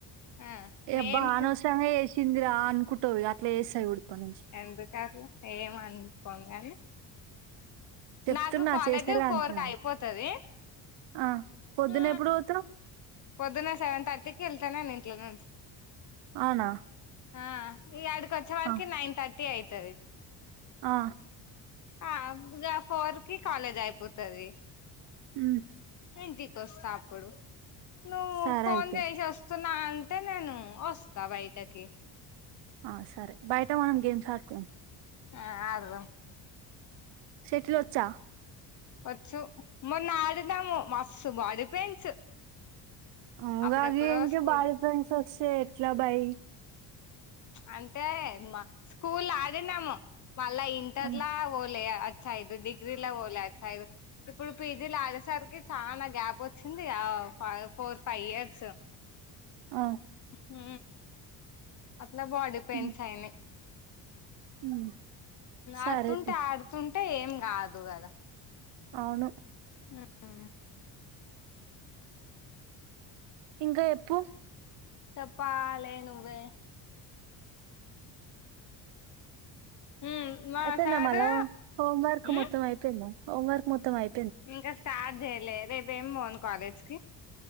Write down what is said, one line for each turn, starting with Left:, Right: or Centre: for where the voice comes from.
Left: ఆ నేను
Right: ఎబ్బా అనవసంగా చేసింది రా అనుకుంటావ్ ఇగ అట్ల చేస్తా చూడు ఇప్పటి నుంచి
Left: ఎందుకు అట్లా ఏం అనుకోను గని
Right: చెప్తున్నా
Left: నాకు కాలేజ్
Right: చేసేలా
Left: ఫోర్క
Right: అంటున్నా
Left: అయిపోతది
Right: ఆ పొద్దున
Left: ఆ
Right: ఎప్పుడు పోతావ్
Left: పొద్దున్న సెవెన్ థర్టీకి వెళ్తా నేను ఇంట్ల నుంచి
Right: అవునా
Left: ఆ ఇగ ఆడికి వచ్చే వరకి
Right: ఆ
Left: నైన్ థర్టీ అయితది
Right: ఆ
Left: ఆ ఫోర్ కి కాలేజ్ అయిపోతది
Right: ఉమ్,
Left: ఇంటి వస్తా అప్పుడు నువ్వు
Right: సరే
Left: ఫోన్
Right: అయితే
Left: చేసి వస్తా నా అంటే నేను వస్తా బయటకి
Right: ఆ సరే బయట మనం గేమ్స్ ఆడుకోదమ్
Left: ఆ ఆడుదాం
Right: షటిల్ వచ్చా
Left: వచ్చు మొన్న ఆడినాము మస్తు బాడీ పెయిన్స్
Right: ఉ
Left: అప్పుడెప్పుడో
Right: గాదినికి
Left: స్కూల్
Right: బాడీపెయిన్స్ వస్తే ఎట్ల బై
Left: అంటే మా స్కూల్ ఆడినాము మళ్ళా ఇంటర్లా
Right: ఆ
Left: ఓలే సైడ్ డిగ్రీల పోలే అటు సైడ్ ఇప్పుడు పీజీలా ఆడేసరికి చానా గ్యాప్ వచ్చింది ఆ ఫోర్ ఫైవ్ ఇయర్స్
Right: ఆ
Left: ఉ అట్లా బాడీ పెయిన్స్
Right: ఉమ్
Left: అయినాయి
Right: ఉమ్ సరే
Left: ఆడుతుంటే
Right: తీ
Left: ఆడుతుంటే ఏం గాదు గదా
Right: అవును
Left: ఉ ఉ
Right: ఇంకా ఎప్పు
Left: చప్పాలే నువ్వే ఉమ్ మా
Right: అయిపోయిందా
Left: సారు
Right: మల్లో హోంవర్క్
Left: ఉమ్
Right: మొత్తం అయిపోయిందా హోంవర్క్ మొత్తం అయి
Left: ఇంకా స్టార్ట్ చెయలే రేపు ఏం పోను కాలేజీకి